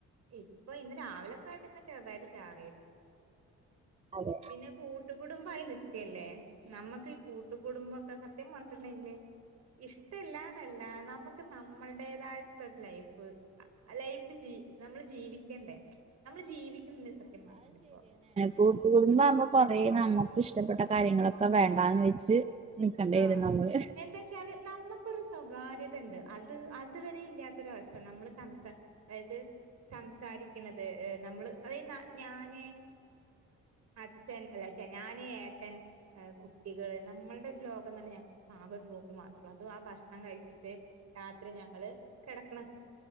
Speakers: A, on the right; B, on the right.
A: ഇപ്പ ഇന്ന് രാവിലൊക്കെ ആയിട്ട് ങ്ങനെ ചെറുതായിട്ട് ചാറിയേരുന്നു.
B: അതെ
A: പിന്നെ കൂ കൂട്ടുകുടുംബായി നിക്കല്ലേ. നമ്മക്ക് ഈ കൂട്ടുകുടുബംക്കെ സത്യം പറഞ്ഞിട്ടുണ്ടെങ്കില് ഇഷ്ടല്ലാന്നല്ല നമുക്ക് ന നമ്മൾടേതായിട്ടുള്ള ഒരു ലൈഫ് ലൈഫ് ജീ നമ്മള് ജീവിക്കണ്ടേ? നമ്മള് ജീവിക്കുന്ന <unintelligible> സത്യം പറഞ്ഞാല് ഇപ്പോ.
B: കൂട്ടു കുടുംബാകുമ്പോ കൊറേ നമുക്ക് ഇഷ്ടപ്പെട്ട കാര്യങ്ങളൊക്കെ വേണ്ടാന്ന് വെച്ച് നിക്കണ്ടി
A: ആഹ്
B: വരും നമ്മള്
A: എന്തച്ചാല് നമ്മുക്കൊരു സ്വകാര്യതണ്ട്. അത് അത് വരെ ഇല്ലാത്ത ഒരവസ്ഥ. നമ്മള് സംസ അതായ്ത് സംസാരിക്കണത് ഏ നമ്മള് അതയ്ത് ഞാന് അച്ഛൻ അല്ലെ ശെ ഞാന്, ഏട്ടൻ, കുട്ടികള് നമ്മൾടെ ലോകം തന്നെ ഞങ്ങക്ക് ആകെ ഒരു റൂം മാത്രാ. അത് ആ ഭക്ഷണം കഴിച്ചിട്ട് രാത്രി ഞങ്ങള് കെടക്കണ